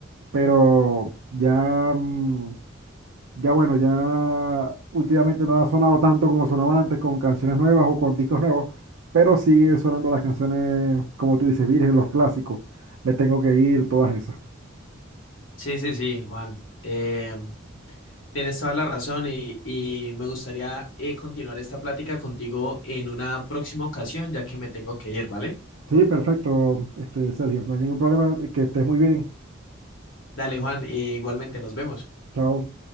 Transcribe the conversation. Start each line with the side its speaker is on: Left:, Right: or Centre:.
Right: Pero ya, mm, ya bueno, ya últimamente no ha sonado tanto como sonaba antes con canciones nuevas o con discos nuevos, pero siguen sonando las canciones, como tú dices, virgen, los clásicos. Me tengo que ir, todas esas.
Left: Sí, sí, sí, Juan. Eh, tienes toda la razón y, y me gustaría eh, continuar esta plática contigo en una próxima ocasión, ya que me tengo que ir, ¿vale?
Right: Sí, perfecto, este, Sergio, no hay ningún problema, que estés muy bien.
Left: Dale, Juan, eh, igualmente nos vemos.
Right: Chao.